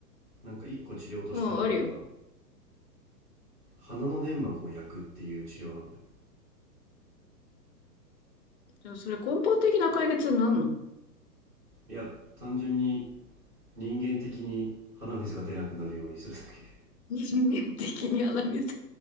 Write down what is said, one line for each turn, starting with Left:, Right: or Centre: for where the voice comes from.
Right: なんか1個治療としてあるのが
Left: うん、あるよ。
Right: 鼻の粘膜を焼くっていう治療なんだよ
Left: じゃそれ根本的な解決になんの
Right: いや単純に人間的に鼻水が出なくなるようにするだけ
Left: 人間的にはみつ